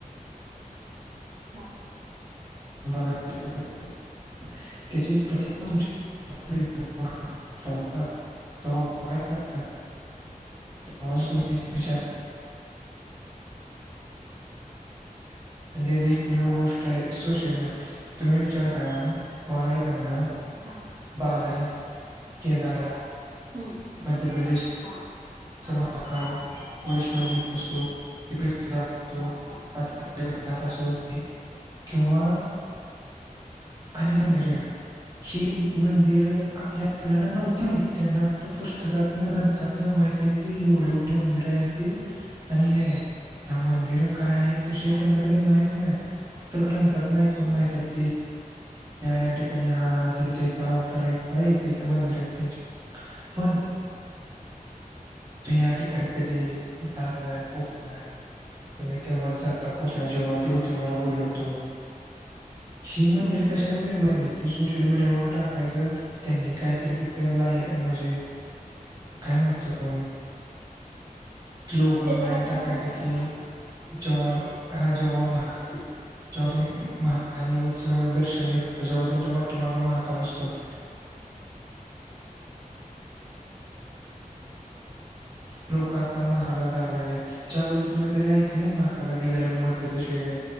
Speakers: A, on the right (about 85°); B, on the right (about 25°).
A: हा
B: <unintelligible> <unintelligible> <unintelligible> <unintelligible> <unintelligible> आणि त्याची एकमेव गोष्ट आहे सोशल मीडिया तुम्ही विचार करा ना मला एक सांगा
A: हां
B: बालाजी केदारनाथ
A: हू
B: मध्य प्रदेश
A: हा
B: महाकाल वैष्णोदेवी असो परशुराम असो
A: हां
B: <unintelligible> किंवा फणी मंदिरये ना ही मंदिर आपल्याला नव्हती होय त्यांना फक्त पुस्तकातन ग्रंथातन माहीत की एवढी एवढी मंदिर हायती आणि हे ह्या मंदिर काय आहेत कशी
A: हा
B: आहेत यांना कधी माहीत नाही फक्त ग्रंथातन पण
A: हम्म
B: माहितीयेत या या ठिकाणी हा हा देवी इथं हा अवतार घेतलाय इथ इथं मंदिर आहेत त्यांचे पण तू या ठिकाणी कधी झाड नाही पोत नाही तुम्ही तेव्हाच जाता
A: हम्म
B: जेव्हा देव तुम्हाला बोलवतो ही मंदिर
A: हम्म बरोबर
B: कशानं फेमू राहिल्याती सोशल मीडियावर टाकायचं त्यांनी काहीतरी तिथ लाई म्हणजे. काय म्हणतो, आप. स्लोगन
A: त्याच्या
B: लाईन
A: पाठीमाग
B: टाकायच
A: हा
B: की
A: हा,
B: जेव्हा.
A: बरोबर
B: हा जेव्हा माकद की. जेव्हा तुम्ही महाकालचं दर्शन घेता जेव्हा तुमच्या पाठीमागे महाकाल असतो. <unintelligible> लोक आता महाकाल ला जायला लागले याच्या अगोदर तुम्ही कधी ऐकले महाकाल ला गेलेल्या मध्यप्रदेश वगैरे